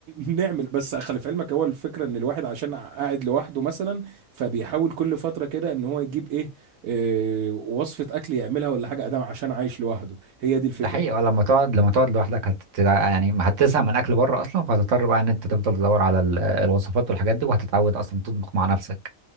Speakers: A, on the right; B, on the right.
A: ن- نعمل بس خلي في علمك هو الفكره ان الواحد عشان قاعد لوحده مثلا فبيحاول كل فتره كده ان هو يجيب ايه, إيه وصفه اكل يعملها ولا حاجه ادام عشان عايش لوحده هي دي الفكره
B: ده حقيقي اه لما تقعد لما تقعد لوحدك هت يعني ما هتزهق من اكل بره اصلا فهتضطر بقى ان انت تفضل تدور على ال- الوصفات والحاجات دي وهتتعود اصلا تطبخ مع نفسك